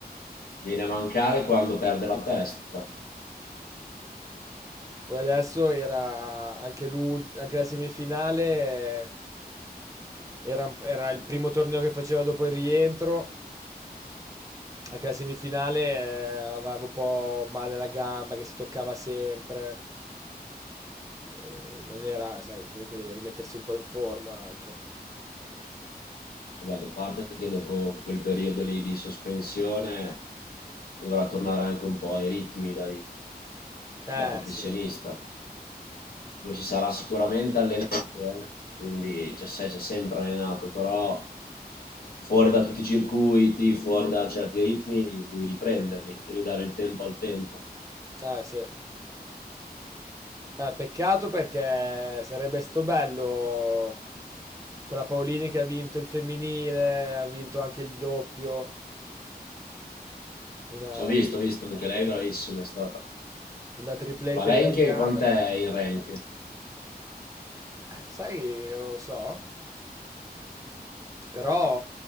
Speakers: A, on the left (about 70°); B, on the right (about 20°).
A: viene a mancare quando perde la testa.
B: Poi adesso era anche l'ult- anche la semifinale, eh, era, era il primo torneo che faceva dopo il rientro. Anche la semifinale, eh, aveva un po' male la gamba che si toccava sempre. Eh, non era, sai, comunque deve rimettersi un po' in forma anche.
A: Vabbè, da parte che dopo quel periodo lì di sospensione dovrà tornare anche un po' ai ritmi dai-
B: Eh
A: da professionista.
B: sì,
A: Poi si sarà sicuramente allenato, eh, Quindi cioè, se- si è sempre allenato, però fuori da tutti i circuiti, fuori da certi ritmi, devi riprenderli, devi dare il tempo al tempo.
B: eh sì. Eh, peccato perché sarebbe stato bello con la Paolini che ha vinto il femminile, ha vinto anche il doppio. Una,
A: Ho visto, ho visto, anche lei bravissima è stata.
B: una tripletta
A: Ma lei
B: italiana.
A: in che, quant'è in rank?
B: Eh, sai, non lo so. Però